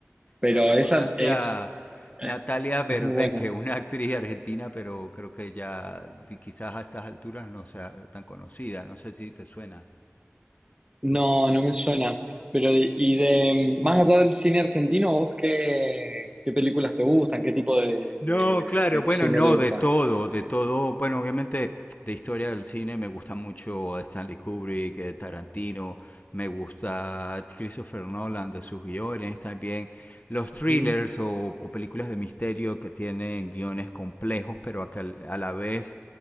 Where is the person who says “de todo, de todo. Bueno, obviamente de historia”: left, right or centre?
Left